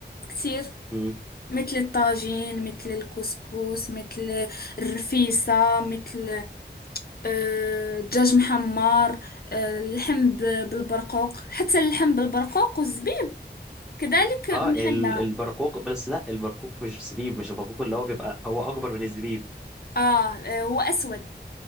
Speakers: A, on the left; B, in the centre.
A: كتير
B: مم.
A: مثل الطاجين مثل الكسكس مثل الرفيسة مثل آه، دجاج محمر آه، اللحم ب- بالبرقوق حتى اللحم بالبرقوق والزبيب كذلك محلى
B: اه ال- البرقوق بس لا البرقوق مش زبيب مش البرقوق اللي هو بيبقى هو اكبر من الزبيب
A: آه آه، هو أسود